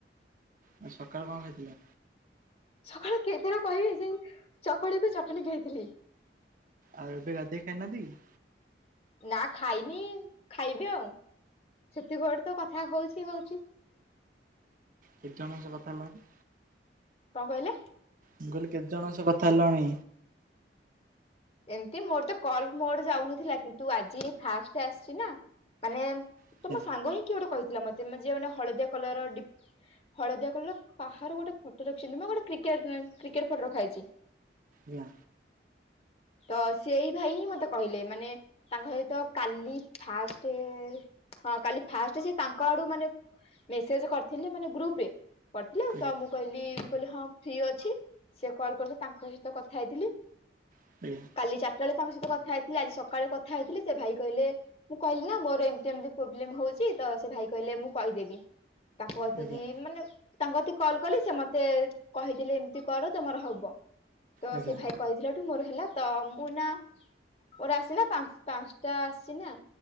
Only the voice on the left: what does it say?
ସକାଳେ କେଇଥର କହିବି, ସେଇ ଚକୁଳିକୁ ଚଟଣି ଖାଇଥିଲି।
ନା ଖାଇନି ଖାଇବି ଆଉ, ସେତିକି ବେଡୁ ତ କଥା ହଉଛି ହଉଛି।
କଣ କହିଲେ?
ଏମିତି ମୋର ତ କଲ୍ ମୋ ଆଡୁ ଯାଉନଥିଲା, କିନ୍ତୁ ଆଜି ଏ ଫାଷ୍ଟ ଆସିଛି ନା ମାନେ ତମ
ସାଙ୍ଗ ହିଁ କିଏ ଗୋଟେ କହିଥିଲା ମତେ ମ, ଯିଏ ମାନେ ହଳଦିଆ କଲର ଡି ହଳଦିଆ କଲର କାହାର ଗୋଟେ ଫଟୋ ରଖିଛନ୍ତି ମ, ଗୋଟେ କ୍ରିକେଟ ଉମ କ୍ରିକେଟ ଫଟୋ ରଖାହେଇଛି।
ତ ସେଇ ଭାଇ ହିଁ ମତେ କହିଲେ, ମାନେ ତାଙ୍କ ସହିତ କାଲି ଫାଷ୍ଟ ହଁ କାଲି ଫାଷ୍ଟ ସେ ତାଙ୍କ ଆଡୁ ମାନେ ମେସେଜ କରିଥିଲେ ମାନେ ଗ୍ରୁପରେ। କରିଥିଲେ
ତ ମୁଁ କହିଲି ମୁଁ କହିଲି ହଁ ଫ୍ରି ଅଛି ସେ କଲ କରିଥିଲେ ତାଙ୍କ ସହିତ କଥା ହେଇଥିଲି।
କାଲି ଚାରଟାବେଳେ ତାଙ୍କ ସହିତ କଥା ହେଇଥିଲି, ଆଜି ସକାଳେ କଥା ହେଇଥିଲି। ସେ ଭାଇ କହିଲେ, ମୁଁ କହିଲି ନା ମୋର ଏମତି ଏମତି ପ୍ରୋବ୍ଲେମ ହଉଛି ତ ସେ ଭାଇ କହିଲେ ମୁଁ କହିଦେବି ତାଙ୍କ କତିକି
ମାନେ ତାଙ୍କ କତିକି କଲ କଲି ସେ ମତେ କହିଦେଲେ ଏମିତି କର ତମର ହବ ତ
ସେ ଭାଇ କହିଦେଲାଠୁ ମୋର ହେଲା ତ ମୁଁ ନା ମୋର ଆସିନା ପାଂ ପାଞ୍ଚଟା ଆସିଛି ନା।